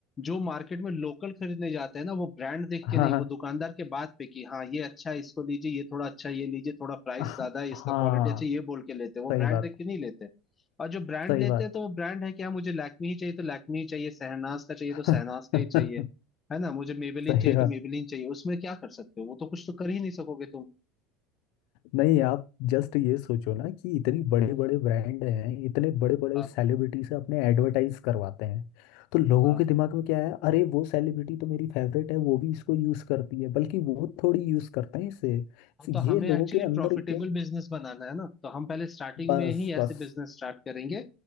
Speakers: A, on the left; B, on the left.
A: जो मार्केट में लोकल खरीदने जाते हैं ना वो ब्रांड देख के
B: हाँ
A: नहीं वो दुकानदार के बात पे कि हाँ ये अच्छा है इसको लीजिए ये थोड़ा अच्छा है, ये लीजिए थोड़ा प्राइस
B: हाँ
A: ज्यादा है इसका
B: हाँ
A: क्वालिटी अच्छा है, ये बोल के लेते हैं वो
B: सही
A: ब्रांड
B: बात
A: देख के नहीं लेते और जो ब्रांड
B: सही
A: लेते
B: बात
A: हैं तो वो ब्रांड है कि हाँ मुझे लैक्मी ही चाहिए तो लैक्मी ही चाहिए शहनाज का चाहिए
B: <laughs>
A: तो शहनाज का ही चाहिए है ना मुझे मेबेलिन
B: सही
A: चाहिए
B: बात
A: तो मेबेलिन चाहिए उसमें क्या कर सकते हो वो तो कुछ तो कर ही नहीं सकोगे तुम
B: नहीं आप जस्ट ये सोचो ना कि इतनी बड़े
A: हम्म,
B: बड़े ब्रांड हैं इतने बड़े बड़े
A: हाँ
B: सेलिब्रिटी से अपने एडवर्टाइज करवाते हैं तो लोगों
A: हाँ
B: के दिमाग में क्या है अरे वो सेलिब्रिटी तो मेरी फेवरेट है वो भी इसको यूज करती है बल्कि वो थोड़ी यूज करते हैं इसे
A: हाँ
B: तो
A: तो हमें
B: ये लोगों
A: एक्चुअली
B: के अंदर
A: प्रॉफिटेबल
B: एक
A: बिजनेस बनाना है ना तो हम पहले स्टार्टिंग
B: बस
A: में ही ऐसे
B: बस
A: बिजनेस स्टार्ट करेंगे